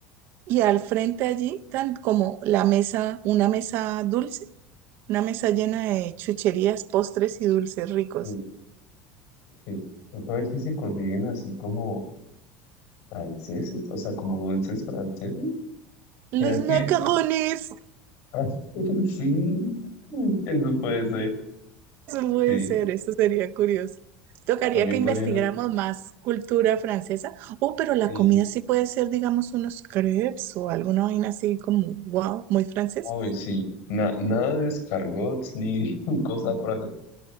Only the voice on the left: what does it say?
Sí, sí. Toca ver si se consiguen así como franceses, o sea, como dulces franceses.
¿Será que...?
Ah, <laughs> sí, eso puede ser.
Sí,
también
podría...
Sí.
Hoy sí, Na- nada de escargots ni <laughs> cosas raras.